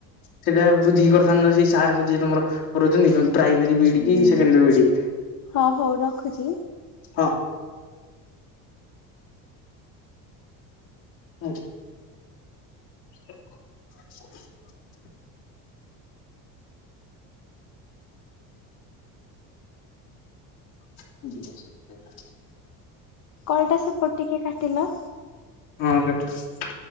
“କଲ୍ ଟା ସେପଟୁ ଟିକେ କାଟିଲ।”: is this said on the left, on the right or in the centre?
Left